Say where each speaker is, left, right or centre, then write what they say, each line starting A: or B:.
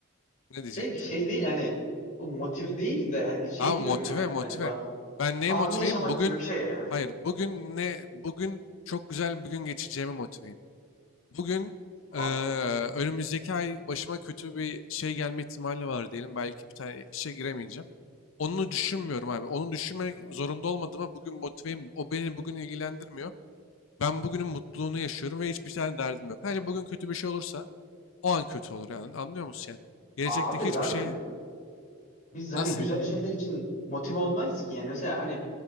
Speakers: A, on the left; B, on the left.
A: Ne diyecektin?
B: Şey, şey değil hani bu motive değil de hani şey
A: Ama
B: gibi
A: motive
B: mi yani
A: motive.
B: acaba
A: Ben neye
B: anı
A: motiveyim?
B: yaşamak
A: Bugün,
B: gibi bir şey yani.
A: hayır bugün ne, bugün çok güzel bir gün geçireceğime motiveyim. Bugün
B: A-
A: eee, önümüzdeki ay başıma kötü bir şey gelme ihtimali var diyelim. Belki bir tane işe giremeyeceğim. Onu düşünmüyorum abi. Onu düşünmek zorunda olmadığıma bugün motiveyim. O beni bugün ilgilendirmiyor. Ben bugünün mutluluğunu yaşıyorum ve hiçbir tane derdim yok. Sadece bugün kötü bir şey olursa o an kötü olur yani. Anlıyor musun yani? Gelecekteki
B: abi zaten
A: hiçbir şeyi
B: biz
A: nasıl
B: hani güzel şeyler için motive olmayız ki yani mesela hani